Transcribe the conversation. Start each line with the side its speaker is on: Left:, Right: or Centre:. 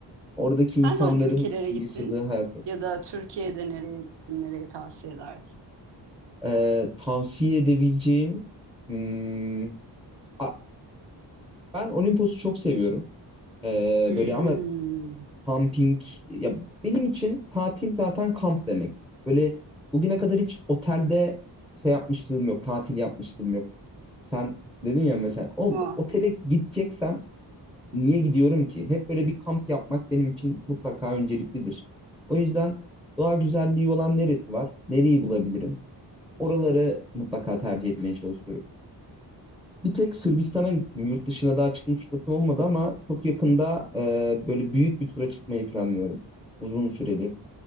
Centre: Oradaki
Right: Sen
Centre: insanların
Right: hangi ülkelere
Centre: yaşadığı
Right: gittin?
Centre: hayatı.
Right: Ya da Türkiye'de nereye gittin? Nereyi tavsiye edersin?
Centre: E, tavsiye edebileceğim hmm, a- ben Olimpos'u çok seviyorum. E,
Right: Hmm.
Centre: böyle ama Kamping ya benim için tatil zaten kamp demek. Böyle bugüne kadar hiç otelde şey yapmışlığım yok, tatil yapmışlığım yok. Sen dedin ya mesela o
Right: O,
Centre: otele gideceksem niye gidiyorum ki? Hep böyle bir kamp yapmak benim için mutlaka önceliklidir. O yüzden doğa güzelliği olan neresi var? Nereyi bulabilirim? Oraları mutlaka tercih etmeye çalışıyorum. Bir tek Sırbistan'a gittim. Yurt dışına daha çıkma fırsatım olmadı ama çok yakında e, böyle büyük bir tura çıkmayı planlıyorum. Uzun süreli.